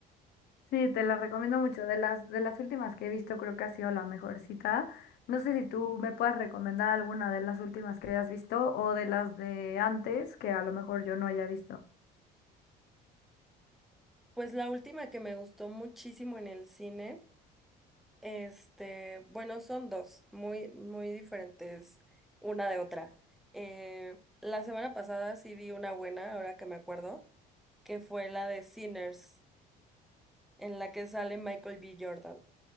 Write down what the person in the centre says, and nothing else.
Pues la última que me gustó muchísimo en el cine, este, bueno, son dos, muy, muy diferentes una de otra. Eh, la semana pasada sí vi una buena, ahora que me acuerdo, que fue la de Sinners, en la que sale Michael B. Jordan.